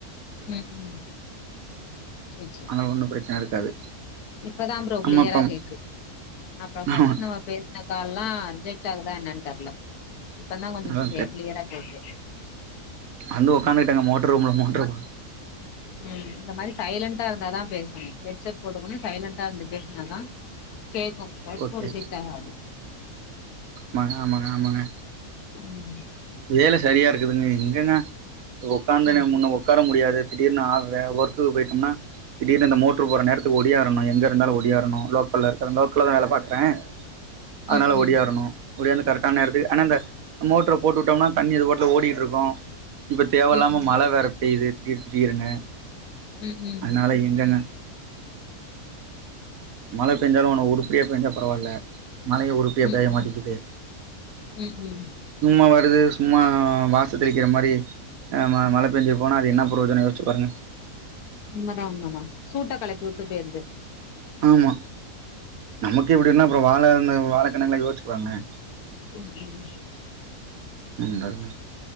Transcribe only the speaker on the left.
ம் ம் ச்செரி ச்செ
இப்பதா ப்ரோ
க்ளியரா
கேக்கு அப்ப ஃபஸ்ட்டு
நம்ம பேஸ் இந்ந கால்லா அர்ஜென்ட் ஆகுதா என்னன் தெர்ல இப்பனா கொஞ்சு
க்லே க்ளியரா கேக்கு
உம் இந்த மாரி சைலண்டா இருந்தாதா பேசணு ஹெட்செட் போட்டுக்கணு சைலண்ட்டாருந்து பேஸ்னாதா பேக்கு ஒர்க்கு
ரிஜெக்ட் ஆகாது
ம்
ம்
ம், ம், ம்,
ம், ம், ம்,
ம்,
ம்,
ம், ம்.
உண்மதா உண்மதா சூட்ட கெளப்பிவுட்டு போய்ருது
ம் ம்